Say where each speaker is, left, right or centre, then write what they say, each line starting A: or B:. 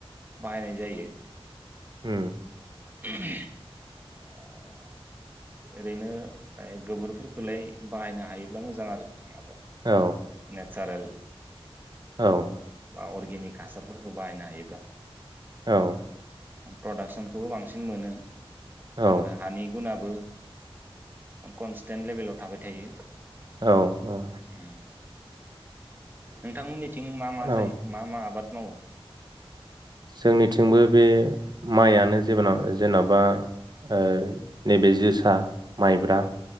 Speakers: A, on the right; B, on the right.
A: बाहायनाय जायो।
B: हु
A: अ ओरैनो गोबोरफोरखौलाय बाहायनो हायोब्ला मोजां आरो माबा
B: औ
A: नेथचारेल
B: औ
A: अरगेनिक हासारफोरखौ बाहायनो हायोब्ला
B: औ
A: प्रडाकसनखौबो बांसिन मोनो।
B: औ
A: आरो हानि गुनाबो कनस्टेन लेबेलाव थाबाय थायो।
B: औ औ
A: उम नोंथांमोननिथिं मा मा जायो
B: औ
A: मा मा आबाद मव
B: जोंनिथिंबो बे माइयानो जेबनर जेन'बा ओ नैबे जोसा। माइब्रा
A: औ